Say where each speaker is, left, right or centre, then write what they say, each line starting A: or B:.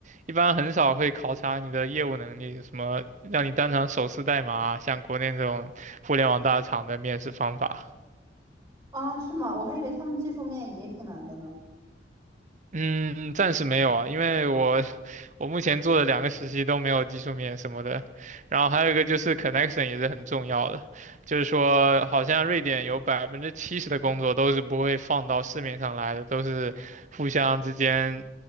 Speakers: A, on the right; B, on the right.
A: 一般很少会考察你的业务能力，什么让你当场手撕代码啊像国内这种互联网大厂的面试方法。
B: 啊？是吗？我还以为他们技术面也挺难的呢。
A: 嗯，暂时没有啊，因为我 <laughs> 我目前做的两个实习都没有技术面什么的，然后还有一个就是 connection 也是很重要的，就是说好像瑞典有百分之七十的工作都是不会放到市面上来的，都是互相之间